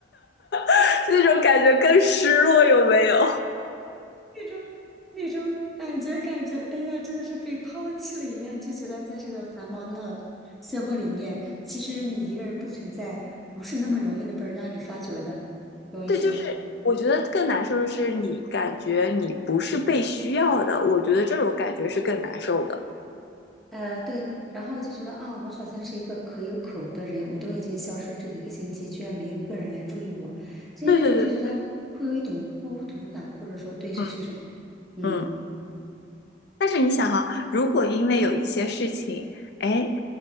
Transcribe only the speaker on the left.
<laughs> 那种感觉更失落，有没有？
对，就是我觉得更难受的是，你感觉你不是被需要的，我觉得这种感觉是更难受的。
对对对，对
嗯。
嗯。但是你想哈、如果因为有一些事情，哎，